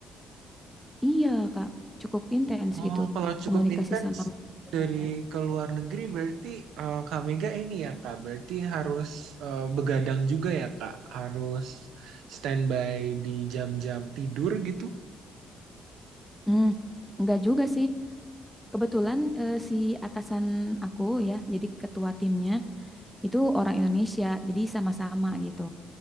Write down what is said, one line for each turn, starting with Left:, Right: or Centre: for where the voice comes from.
Centre: iya Kak cukup intens
Right: Oh,
Centre: gitu
Right: kalau cukup
Centre: komunikasi
Right: intens
Centre: sama manajernya.
Right: dari ke luar negeri berarti eh, Kak Mega ini ya Kak, berarti harus eh, begadang juga ya Kak, harus standby di jam-jam tidur gitu.
Centre: Hmm, nggak juga sih, Kebetulan eh, si atasan aku ya, jadi ketua timnya itu orang Indonesia, jadi sama-sama gitu,